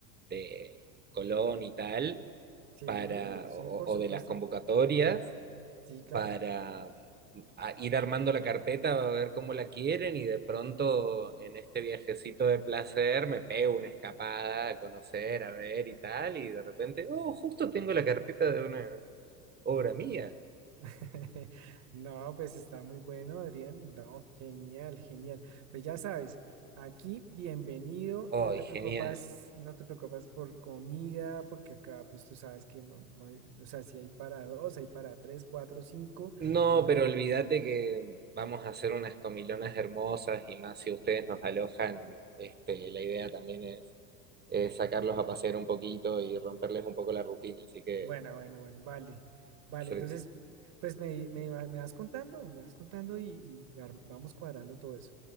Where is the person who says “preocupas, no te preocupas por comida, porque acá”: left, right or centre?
Right